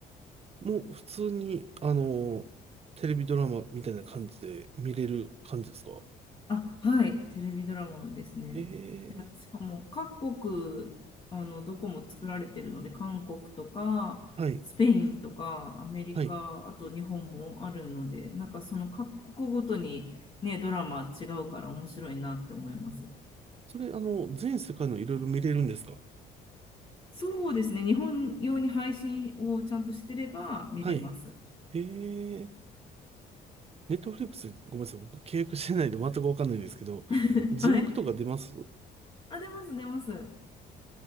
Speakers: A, on the right (about 35°); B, on the left (about 30°).
A: もう普通に、あの、テレビドラマみたいな感じで見れる感じですか
B: あ、はい、テレビドラマですね。
A: へえ、
B: で、しかも各国、あの、どこも作られてるので、韓国とか、
A: はい、
B: スペインとか、アメリカ、
A: はい。
B: あと日本もあるので、なんかその各国ごとにね、ドラマ違うから面白いなって思います。
A: それ、あの、全世界のいろいろ見れるんですか
B: そうですね、日本用に配信をちゃんとしてれば見れます。
A: はい。へえ。ネットフリックス、ごめんなさい。僕契約してないんで全くわかんないんですけど、
B: <laughs>
A: 字幕とか出ます
B: はい。あ、出ます、出ます。